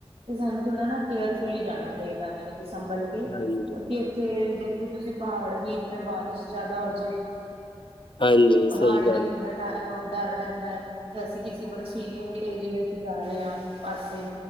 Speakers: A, on the right; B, on the left.
A: ਤੇ ਸਾਨੂੰ ਥੋੜਾ। ਨਾ ਕੇਅਰਫੁਲੀ ਜਾਣਾ ਚਾਹੀਦਾ। ਵੀ ਕਿ ਸੰਭਲ। ਕਿਉਂਕਿ
B: ਹਾਂਜੀ।
A: ਉੱਥੇ ਦੇਖੋ। ਤੁਸੀਂ ਪਹਾੜ। ਵੀ ਜਿਵੇਂ ਬਾਰਿਸ਼ ਜਿਆਦਾ ਹੋ ਜਾਵੇ।
B: ਹਾਂਜੀ,
A: ਪਹਾੜ
B: ਸਹੀ ਗੱਲ,
A: ਗਿਰਨਦਾ। ਡਰ ਰਹਿੰਦਾ ਹੈ। ਤੇ ਅਸੀਂ ਕਿਸੇ ਬਰਸੀੀਲੇ ਏਰੀਏ 'ਚ ਜਾ ਰਹੇ ਹਾਂ। ਪਾਸੇ